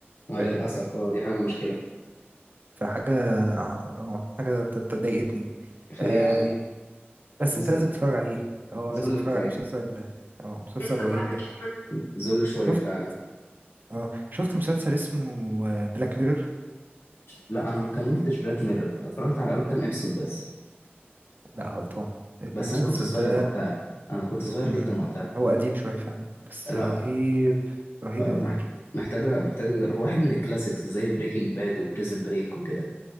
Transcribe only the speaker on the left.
ما
للاسف اه دي حاجه مشكله
<laughs>
يعني
ذل
ذل
شويه
Is
the water
temper- ذل شويه
فعلا
لا انا ما كملتش بلاك ميرور اتفرجت على اول كام ابسود بس
بس
انا كنت صغير
وقتها انا كنت صغير
جدا وقتها
لا
فمح-
محتاجة محتاجة هو واحد من الكلاسيكس زي بريكنج باد وبريزن بريك وكده